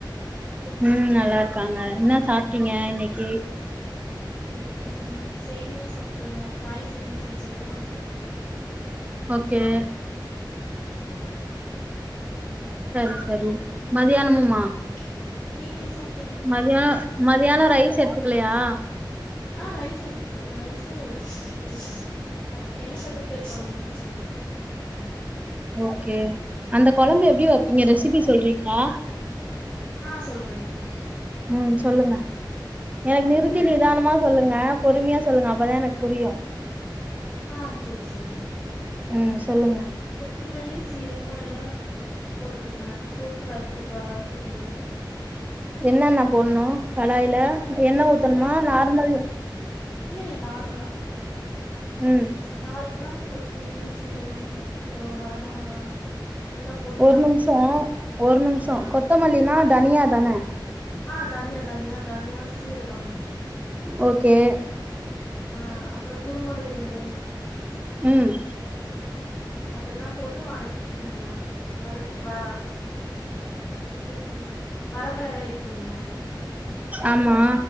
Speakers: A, on the right; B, on the left.
A: ம் நல்லா இருக்காங்க என்ன சாப்டீங்க இன்னைக்கு
B: இன்னிக்கி சேமியா சாப்டங்க ராகி சேமியா செஞ்சல
A: ஓகே
B: சாப்டேங்க
A: செரி செரி
B: ம்
A: மதியானமுமா
B: ம் நீங்க என்ன சாப்
A: மதியானோ மதியானோ ரைஸ் எடுத்துக்கலையா
B: ஆ ரைஸ் எடுத்துக்கிட்டேங்க ரைஸ்சு இது கத் எண்ணெ கத்திரிக்காய் கொழம்பு‌ வச்சிந்த
A: ஓகே அந்த கொழம்பு எப்டி வப்பீங்க
B: ம்
A: ரெசிபி சொல்றீங்ளா
B: ஆ சொல்றேங்க
A: ம் சொல்லுங்க ஏங் நிறுத்தி
B: ஆ
A: நிதானமா சொல்லுங்க பொறுமையா சொல்லுங்க அப்பதா எனக் புரியும்
B: ஆ சேர் செரிங்
A: ம் சொல்லுங்க
B: கொத்தமல்லி சீரகோ எல்லா போட்டுக்கணுங்க போட்டு வறுத்துக் ஆ வறுத்துக்கணு
A: என்னன்ன போன்னு கடாய்ல எண்ணெ
B: கொத்தமல்லி
A: ஊத்தணுமா நார்மல்
B: இல்ல இல்ல நார்மலா
A: ம்
B: நார்மலா கொத்தமல்லி சீரகம் அப்பறம் வரமொளகா எல்லாம் போட்டு
A: ஒரு
B: வணக்கி
A: நிமிஷோ
B: விட்டுக்கணும்
A: ஒரு நிமிஷோ
B: ஆ
A: கொத்தமல்லினா
B: ஆ
A: தனியா தான
B: ஆ தன்யா தன்யா தனியா சீரகம்
A: ஓகே
B: ஆ அப்றோ குருமொளவு ரெண்டு
A: ம்
B: அதெல்லாம் போட்டு வணக்கிக்குணுங்க வறு வா அந்த இத போன்னு வரமிளகாய் இருக்குலங்க
A: ஆம்மா